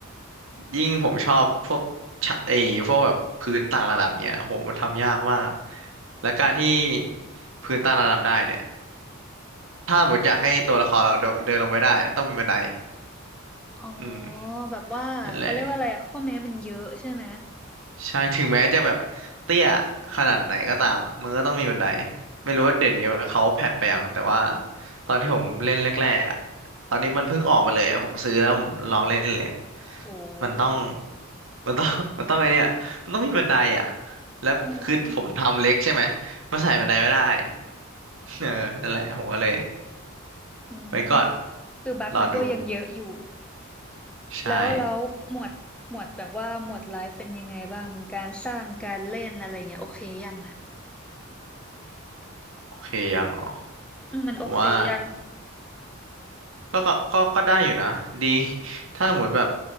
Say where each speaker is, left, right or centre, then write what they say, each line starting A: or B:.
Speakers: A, on the right; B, in the centre.
A: ยิ่งผมชอบพวกชะเออพวกแบบพื้นต่างระดับเนี้ยโหมันทำยากมากและการที่พื้นต่างระดับได้เนี่ยถ้าผมอยากให้ตัวละครเราโดนเดินลงไปได้ต้องมีบันได
B: อ๋อ
A: อืม
B: แบบว่าเขาเรียกว่าอะไรอะข้อแม้มันเยอะใช่ไหม
A: นั่นแหละใช่ถึงแม้จะแบบเตี้ยขนาดไหนก็ตามอะมันก็ต้องมีบันไดไม่รู้ว่าเดี๋ยวนี้เขาแพทไปยังแต่ว่าตอนที่ผมเล่นแรกๆอ่ะตอนนี้มันเพิ่งออกมาเลยอะผมซื้อแล้วผมลองเล่นเลย
B: โห
A: มันต้อง มันต้อง <laughs> มันต้องไอเนี่ยมันต้องมีบันไดอ่ะแล้วคือผมทำเล็กใช่ไหม
B: เออเออ
A: มันใส่บันไดไม่ได้ <laughs> เออนั่นแหละผมก็เลย
B: อืม
A: ไว้ก่อน
B: คือบั๊กมันก็ยังเยอะอยู่
A: รอดูใช่
B: แล้วแล้วหมวดหมวดแบบว่าหมวดไลฟ์เป็นยังไงบ้างการสร้างการเล่นอะไรเงี้ยโอเคยังอะ
A: โอเคยังอ๋อ
B: อืมมันโอเคยัง
A: ผมว่าก็ก็ก็ก็ได้อยู่นะดี <laughs> ถ้าสมมติแบบ